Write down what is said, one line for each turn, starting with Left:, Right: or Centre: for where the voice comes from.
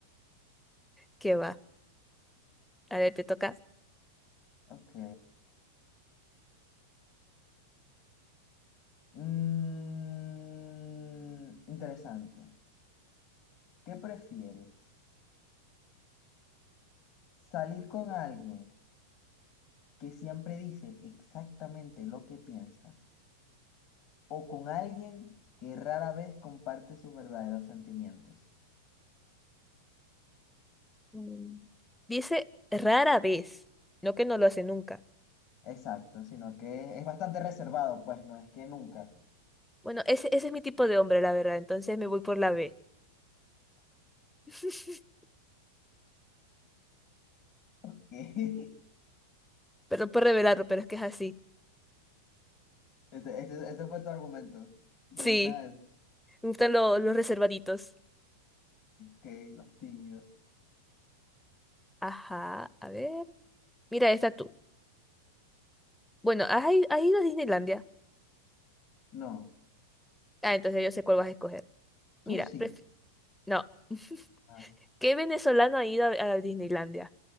Centre: ¿Qué va? A ver, te toca.
Left: Ok. Mm, interesante. ¿Qué prefieres? ¿Salir con alguien que siempre dice exactamente lo que piensa? o con alguien que rara vez comparte sus verdaderos sentimientos.
Centre: Mm, Dice rara vez, no que no lo hace nunca.
Left: Exacto, sino que es bastante reservado, pues no es que nunca.
Centre: Bueno, ese, ese es mi tipo de hombre, la verdad, entonces me voy por la B. <laughs>
Left: <laughs>
Centre: Perdón por revelarlo, pero es que es así.
Left: Ese, ese- ese fue tu argumento. Me
Centre: Sí,
Left: gusta decir
Centre: me gustan lo- los reservaditos.
Left: que los tímidos.
Centre: Ajá, a ver. Mira, esta tú. Bueno, ¿has, i- has ido a Disneylandia?
Left: No,
Centre: Ah, entonces yo sé cuál vas a escoger.
Left: tú
Centre: Mira,
Left: sí.
Centre: pref- no. <laughs>
Left: Ah,
Centre: ¿Qué venezolano ha ido a, a Disneylandia?